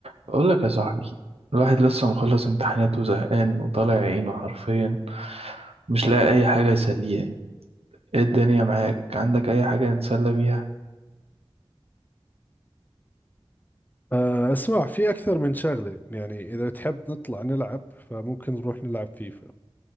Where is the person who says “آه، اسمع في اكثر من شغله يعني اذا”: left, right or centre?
Left